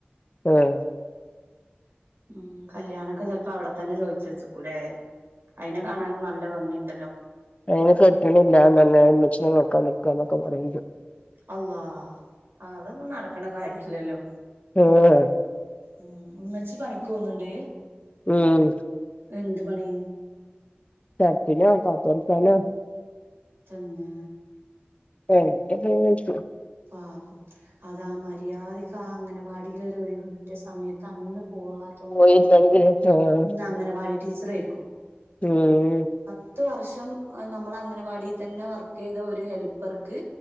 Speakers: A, on the left; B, on the right.
A: ആഹ്
B: ഉം കല്യാണൊക്കെ ചെലപ്പോ അവിടെ തന്നെ ചോയിച്ച് വെച്ചേക്കൂല്ലേ അയിനെ കാണാനും നല്ല ഭംഗിയുണ്ടല്ലോ
A: അതിന് കെട്ടണില്ലന്നെ ഉമ്മച്ചിനെ നോക്കാൻ നിക്കുക എന്നൊക്കെ പറയണ്ട്
B: അള്ളാഹ് അതൊന്നും നടക്കണ കാര്യല്ലല്ലോ
A: ആഹ്
B: ഉം ഉമ്മച്ചി പണിക്ക് പോന്നിണ്ട്
A: ഉം
B: എന്ത് പണി
A: ഷട്ടിലും സാറ്റ് കളികലും
B: തന്നെ
A: <unintelligible>
B: പാവം അതാ മര്യാദിക് ക്കാ അംഗനെവാടിലൊരു ഒഴിവ് കിട്ടിയ സമയത്ത് അന്ന് പോവാത്തൊണ്ടാണ്.
A: പോയിരുന്നെങ്കില് ആഹ്
B: ഇന്നാ അംഗനവാടി ടീച്ചറായിരിക്കും
A: ഉം
B: പത്ത് വർഷം നമ്മള് അംഗനവാടിയിൽ തന്നെ വർക്ക് ചെയ്ത ഒരു ഹെൽപ്പർക്ക്